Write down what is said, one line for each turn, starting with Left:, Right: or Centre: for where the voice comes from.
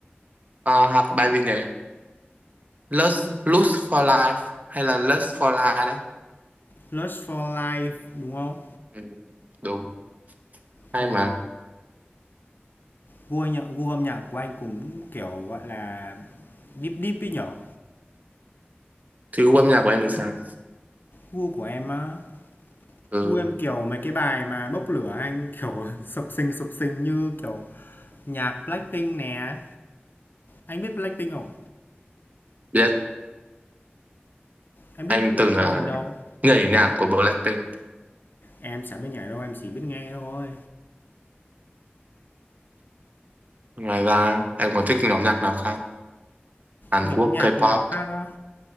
Right: Ờ, hoặc bài gì nhỉ Lust, Lust for Life hay là Lust for Life đấy
Left: Lust for Life đúng không?
Right: ừ, đúng hay
Left: Ồ,
Right: mà
Left: gu nhạc, gu âm nhạc của anh cũng kiểu gọi là deep deep ấy nhở.
Right: thì gu âm nhạc của em thì sao
Left: Gu của em á,
Right: ừ
Left: gu em kiểu mấy cái bài mà bốc lửa anh kiểu <laughs> sập sình sập sình như kiểu nhạc Blackpink nè. Anh biết Blackpink không?
Right: biết
Left: Em biết
Right: anh
Left: Blackpink
Right: từng uh,
Left: qua từ đâu?
Right: nhảy nhạc của Blackpink
Left: Em chẳng biết nhảy đâu, em chỉ biết nghe thôi.
Right: ngoài ra em còn thích nhóm nhạc nào khác Hàn
Left: Nhóm
Right: Quốc
Left: nhạc
Right: K-pop
Left: nào khác á?